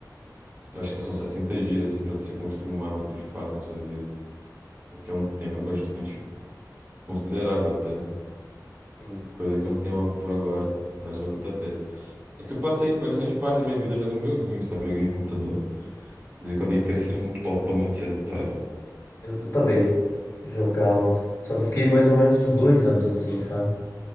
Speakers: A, on the right; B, on the left.
A: eu Acho que são 60 dias, assim, pra você construir um hábito de fato na sua vida. O que é um tempo bastante considerável até.
B: Sim.
A: Coisa que eu não tenho por agora, mas eu vou tentar ter. É que eu passei bastante parte da minha vida jogando joguinhos, sabe? Joguinhos de computador. Daí eu acabei crescendo totalmente sedentário.
B: Eu, eu também jogava. Só que eu fiquei mais ou menos uns dois anos assim, sabe?